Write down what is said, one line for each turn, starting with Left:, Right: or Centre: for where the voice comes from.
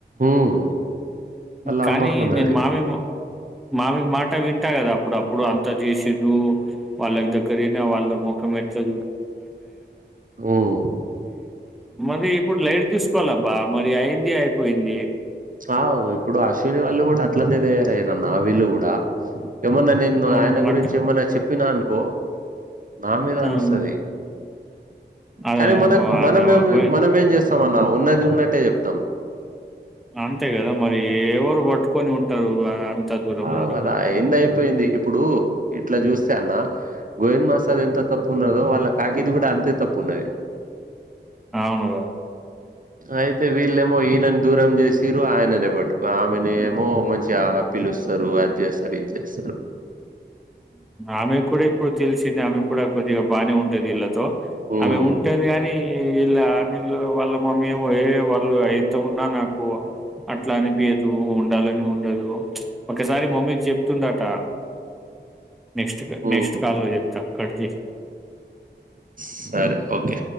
Right: ఉమ్, వాళ్ళ
Centre: కానీ
Right: అమ్మకున్నది
Centre: నేను మావి మా మావి మాట అంటా కదా అప్పుడు అప్పుడు అంతా చేసిడు వాళ్ళకి దగ్గరనా వాళ్ళ ముఖం పె చూ
Right: ఉమ్.
Centre: <unintelligible> ఇప్పుడు చసుకోవాలబ్బా మరి అయింది అయిపోయింది
Right: ఆ ఇప్పుడు అశ్విని వాళ్ళు కూడా అట్లనే తయారయినన్న వీళ్ళు కూడా ఏమన్నా నేన్న
Centre: హ్మ్.
Right: ఆయన గురించి
Centre: అట్లా.
Right: ఏమన్నా చెప్పినా అనుకో నా మీద
Centre: హ్మ్.
Right: అరు వస్తుంది
Centre: అదేమో
Right: కానీ మన
Centre: ఆయనేమో
Right: మనం ఏం
Centre: గోయి
Right: మనం ఏం చేస్త న్నా ఉన్నది ఉన్నట్టే చెప్తాం
Centre: అంతే కదా మరి ఎవరు పట్టుకొని ఉంటారు ఆహ్, అంత దూరం
Right: అ
Centre: వరకు.
Right: హద ఎంది అయిపోయింది ఇప్పుడు ఇట్లా చూస్తే అన్న గోవింద్ మసాద్ ఎంత తప్పు ఉన్నాడో వాళ్ళ ప్యాకేజీ కూడా అంతే తప్పు ఉ ఉన్నది
Centre: అవును
Right: అయితే వీళ్ళేమో ఈయనని దూరం చేసిరు ఆయననే పట్టుకో ఆమెని ఏమో మంచి పిలుస్తారు అది చేస్తారు ఇది చేస్తారు
Centre: ఆమె కూడా ఇప్పుడు తెలిసింది ఆమె కూడా కొద్దిగా బాగానే ఉంటది ఇళ్ళతో
Right: హ్మ్
Centre: ఆమె ఉంటది కాగాని ఇల్ ఆమె వాళ్ళ మమ్మీ ఏ వాళ్ళు ఎంత ఉన్నా నాకు అట్లా అనిపియధు ఉండాలని ఉండదు ఒకసారి మమ్మీకి చెప్తుండట నెక్స్ట్
Right: హ్మ్
Centre: నెక్స్ట్ కాల్ లో చెప్తా కడ్జే
Right: సరే ఓకే